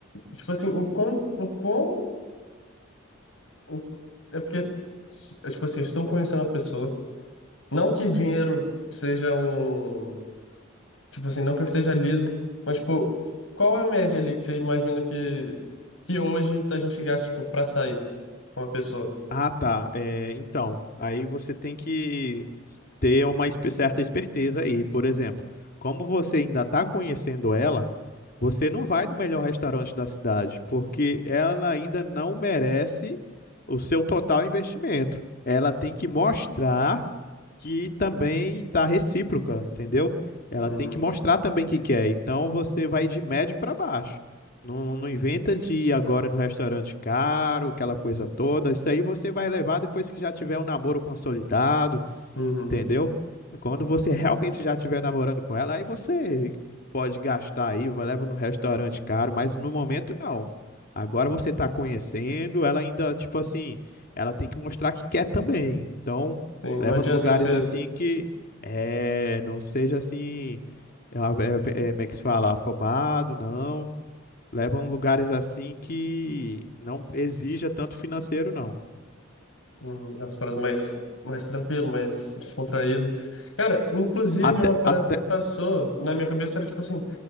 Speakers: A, on the left (about 75°); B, on the left (about 45°).
A: Tipo assim, o quão, o quão, o- é porque, eu, tipo assim, estou conhecendo a pessoa, Não que dinheiro seja um. Tipo assim, não que eu esteja liso, mas, tipo, qual é a média ali que você imagina que, que hoje a gente gasta, tipo, pra sair com uma pessoa?
B: Ah, tá. É, então, aí você tem que ter uma espe- certa esperteza aí. Por exemplo, como você ainda está conhecendo ela. Você não vai no melhor restaurante da cidade, porque ela ainda não merece o seu total investimento. Ela tem que mostrar que também está recíproca, entendeu? Ela
A: Uhum.
B: tem que mostrar também que quer. Então você vai de médio para baixo. Não, não inventa de ir agora no restaurante caro, aquela coisa toda. Isso aí você vai levar depois que já tiver um namoro consolidado,
A: Uhum.
B: Entendeu? Quando você realmente já estiver namorando com ela, aí você pode gastar aí, vai- leva no restaurante caro, mas no momento não. Agora você tá conhecendo, ela ainda, tipo assim, ela tem que mostrar que quer também. Então,
A: Sim,
B: leva
A: não adianta
B: em lugares
A: ser
B: assim que é, não seja assim, é, uma- é, é, como é que se fala, afobado, não. Leva em lugares assim que não exija tanto financeiro, não.
A: uhum, umas paradas mais, mais tranquilo, mais descontraído. Cara, inclusive,
B: Até,
A: uma parada
B: até,
A: que passou na minha cabeça era, tipo assim,